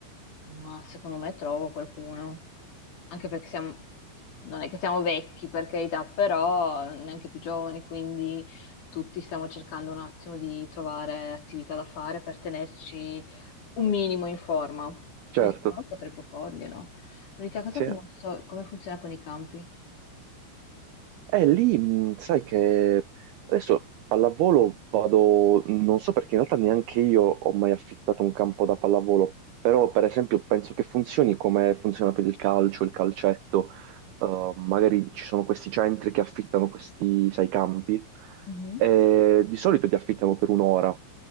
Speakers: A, on the left; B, on the right.
A: Ma secondo me trovo qualcuno, anche perché siamo, cioè, non è che siamo vecchi per carità, però neanche più giovani, quindi tutti stiamo cercando un attimo di trovare attività da fare per tenerci un minimo in forma. Quindi
B: Certo,
A: secondo me potrei proporglielo. L'unica cosa
B: sì.
A: che non so è come funziona con i campi.
B: Eh, lì, mh, sai che adesso pallavolo vado, non so perché in realtà neanche io ho mai affittato un campo da pallavolo, però per esempio penso che funzioni come funziona per il calcio, il calcetto, Uh, magari ci sono questi centri che affittano questi, sai, campi,
A: Mhm.
B: e di solito li affittano per un'ora,